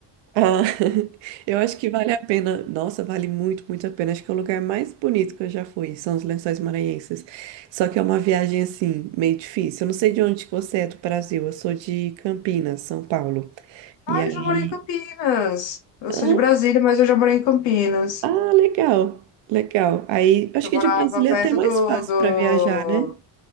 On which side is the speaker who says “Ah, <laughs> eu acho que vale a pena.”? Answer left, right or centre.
Right